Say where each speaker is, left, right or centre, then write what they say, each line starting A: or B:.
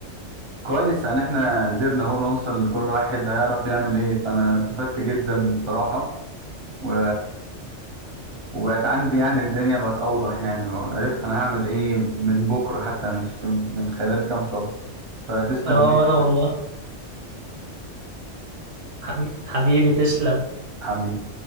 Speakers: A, on the right; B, on the right.
A: كويس يعني إحنا قدرنا أهو نوصل لكل واحد هيعرف يعمل إيه فأنا استفدت جدا بصراحة و وبقت عندي يعني الدنيا بقت أوضح يعني وعرفت أنا هعمل إيه من بكرة حتى مش من خلال كام شهر فتسلم
B: اه
A: جدا
B: وانا والله حبيبي, حبيبي تسلم
A: حبيبي